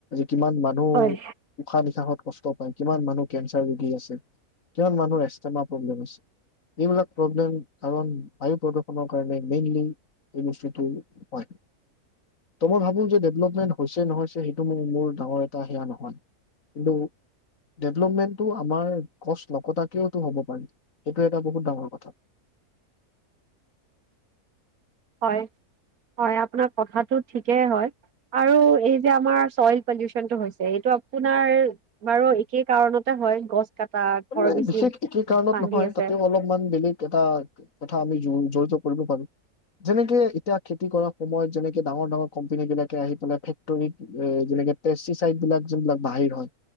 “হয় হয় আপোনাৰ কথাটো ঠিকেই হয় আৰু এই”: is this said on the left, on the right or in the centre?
Right